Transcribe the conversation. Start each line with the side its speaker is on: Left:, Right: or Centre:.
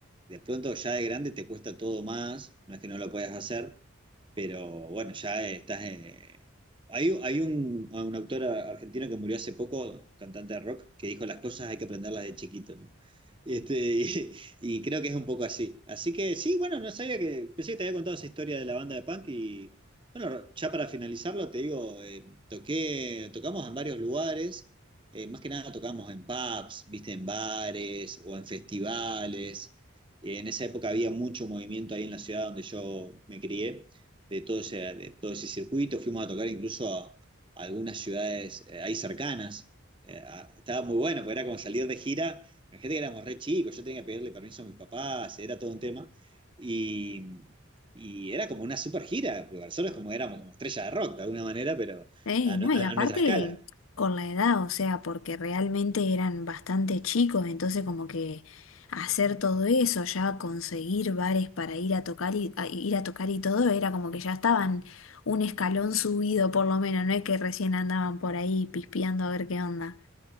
Right: De pronto ya de grande te cuesta todo más, no es que no lo puedas hacer, pero bueno, ya estás... eh, Hay, hay un, un autor argentino que murió hace poco, cantante de rock, que dijo las cosas hay que aprenderlas de chiquito, ¿no? Este, <laughs> y, y creo que es un poco así. Así que sí, bueno, no sabía que... Pensé que te había contado esa historia de la banda de punk y bueno, ya para finalizarlo, te digo, eh, toqué, tocamos en varios lugares, eh, más que nada tocamos en pubs, viste, en bares o en festivales. En esa época había mucho movimiento ahí en la ciudad donde yo me crié, de todo ese, de todo ese circuito. Fuimos a tocar incluso a, a algunas ciudades eh, ahí cercanas. Eh, a- estaba muy bueno, porque era como salir de gira. Imagínate que éramos re chicos, yo tenía que pedirle permiso a mis papás, era todo un tema. Y, y era como una super gira, porque nosotros como éramos como estrellas de rock de alguna manera, pero
Left: Ey,
Right: a,
Left: no,
Right: no- a-
Left: y aparte
Right: a nuestra escala.
Left: con la edad, o sea, porque realmente eran bastante chicos, entonces como que hacer todo eso, ya conseguir bares para ir a tocar y a ir a tocar y todo, era como que ya estaban un escalón subido por lo menos, no es que recién andaban por ahí pispeando a ver qué onda.